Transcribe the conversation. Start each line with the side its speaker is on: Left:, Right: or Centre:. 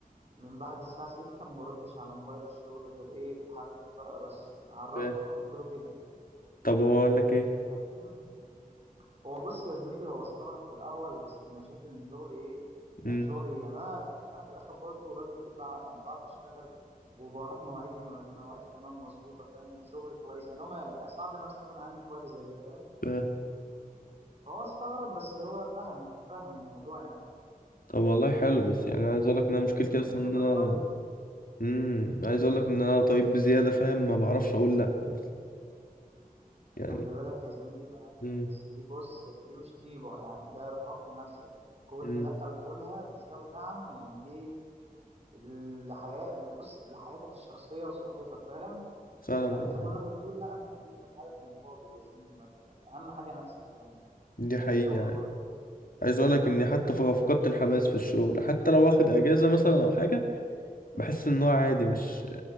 Right: من بعد الساعه 6 ما بردش على موبايل الشغل غير ايه في الحاله الطارئه بس عرفته
Left: فاهم.
Right: وقلت له كده
Left: طب هو اقول لك ايه
Right: انت فاهم هو بص يا زميلي هو استغرب في الاول بس لما شاف ان شغلي ايه يعني
Left: امم
Right: شغلي إيه. يعني انا بص انا في الاخر برضو راجل ايه بقى يعني بعرف اشتغل وبروح مواعيدي مواعيدي تمام مظبوطه فاهم وشغلي كويس يعني هو ما يعني صعب ان هو يستغنى عني في وقت زي ده فاهم
Left: فاهم.
Right: فهو استغرب بس هو فهم تفهم الموضوع يعني
Left: طب والله حلو بس يعني عايز اقول لك ان انا مشكلتي
Right: بس انت
Left: اصلا
Right: شكلك
Left: ان انا
Right: طيب
Left: امم عايز اقول لك ان انا طيب بزياده فاهم ما بعرفش اقول لا اصلا يعني
Right: خلي بالك يا زميلي يعني
Left: امم
Right: بس دي بص دي مش طيبة يعني ده إرهاق لنفسك كل
Left: امم
Right: لأ بتقولها بتساوي نعم يعني إيه الحياة بص لحياتك الشخصية وصحتك فاهم
Left: فاهمك
Right: يعني أنت
Left: يعني
Right: كل ما تقول لأ أنت بتكسب حاجة في المقابل يا زميلي ما ت- يعني أهم حاجة نفسك يعني
Left: دي حقيقة
Right: في الشغل
Left: يعني.
Right: برضه
Left: عايز اقول لك اني حتى ف- فقدت الحماس في الشغل حتى لو واخد اجازة مثلا او حاجة بحس ان هو عادي مش